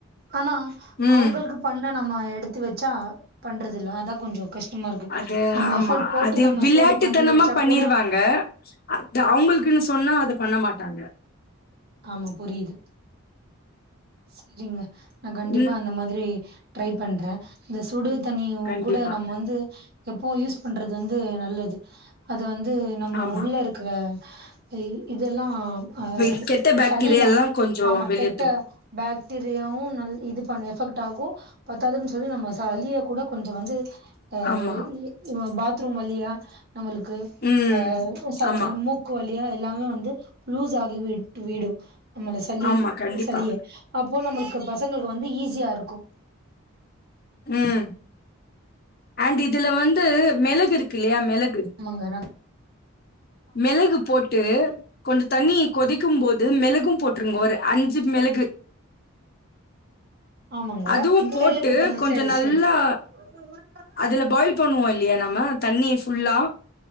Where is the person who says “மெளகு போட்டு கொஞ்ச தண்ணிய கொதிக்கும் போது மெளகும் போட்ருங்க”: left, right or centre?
Left